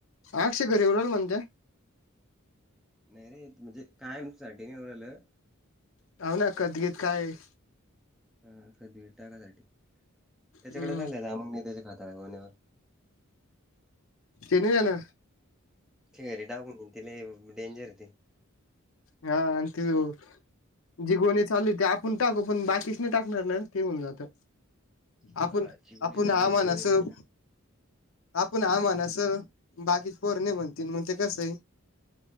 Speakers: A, on the left (about 70°); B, in the centre.
A: अक्षय घरी येऊ राहिला म्हणत्या.
B: नाही रे, म्हणजे कायम साठी नाही येऊ राहिलं..
A: <unintelligible> काय
B: हा रेड टाकायसाठी, त्याच्याकडे
A: हम्म
B: झालंय जा मग मी त्याचे खाता वन एवर.
A: ते नाही येणार.
B: ते घरी टाकून तिला डेंजर य ते.
A: हा आण त्योव. जी गोणी चालू ते आपण टाकू, पण बाकीच नाही टाकणार ना ते होऊन जातं.
B: हा
A: आपण
B: चि गोळी
A: आपण
B: झाली
A: हा
B: होती
A: म्हण
B: गोळी
A: असं
B: <unintelligible>
A: आपण हा म्हणाच, अन् बाकीत पोरं नाही म्हणते म्हण ते कसंय?